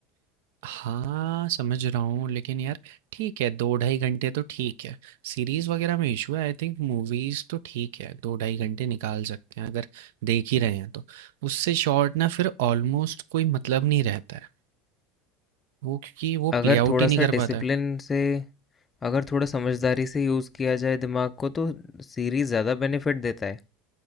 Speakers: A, on the right; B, on the left.
A: हाँ, समझ रहा हूँ, लेकिन यार ठीक है 2 ढाई घंटे तो ठीक है। सीरीज़ वग़ैरह में इश्यू है आई थिंक मूवीज़ तो ठीक है, 2 ढाई घंटे निकाल सकते हैं अगर देख ही रहे हैं तो। उससे शॉर्ट ना फिर ऑलमोस्ट कोई मतलब नहीं रहता है, वो क्योंकि वो
B: अगर
A: प्ले आउट
B: थोड़ा
A: ही नहीं
B: सा
A: कर
B: डिसिप्लिन
A: पाता है।
B: से अगर थोड़ा समझदारी से यूज़ किया जाए दिमाग को तो सीरीज़ ज़्यादा बेनिफिट देता है